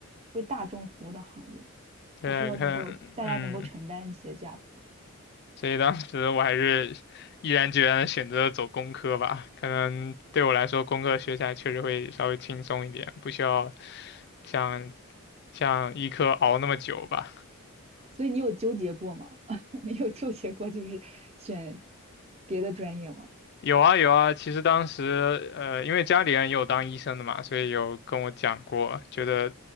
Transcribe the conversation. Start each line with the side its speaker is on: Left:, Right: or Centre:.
Right: 为大众服务的行业，
Left: 对，
Right: 还是要能够大家能够承担起的价格。
Left: 可能嗯。所以当时我还是毅然决然的选择走工科吧，可能对我来说工科学起来确实会稍微轻松一点，不需要像像医科熬那么久吧。
Right: 所以你有纠结过吗？<laughs> 你有纠结过就是选别的专业吗？
Left: 有啊有啊，其实当时呃，因为家里人也有当医生的嘛，所以有跟我讲过，觉得